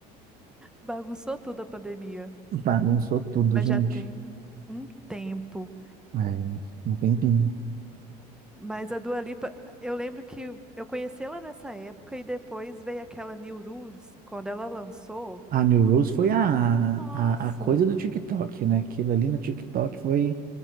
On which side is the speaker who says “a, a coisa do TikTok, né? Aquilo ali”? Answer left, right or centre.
Right